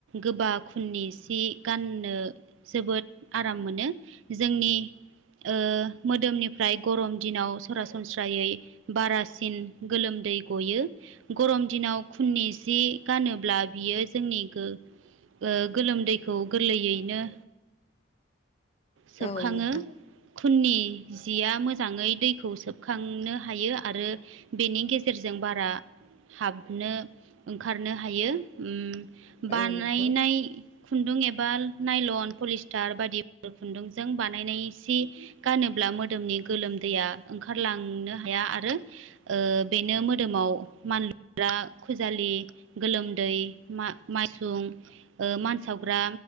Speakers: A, on the right; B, on the left.
A: गोबा खुन - नि सि गाननो जोबोद आराम मोनो। जोंनि ओ मोदोमनिफ्राय गरम दिनाव सरासनस्रायै बारासिन गोलोम दै गयो गरम दिनाव खुननि जि गानोब्ला बियो जोंनि गो ओ गोलोमदैखौ गोरलैयैनो सोबखाङो।
B: औ नोंथां
A: खुननि जिया मोजाङै दै खौ सोबखांनो हायो आरो बेनि गेजेरजों बारा हाबनो ओंखारनो हायो। ओम बानायनाय
B: औ नोंथां
A: खुन्दुं एबा नायलन पलिस्टार बायदि ओ खुन्दुंजों बानायनाय सि गानोब्ला मोदोमनि गोलोमदैया ओंखारलांनो हाया। आरो बेनो मोदोमाव मानलुग्रा खुजालि गोलोमदै दै मा- मायसुं ओ मानसावग्रा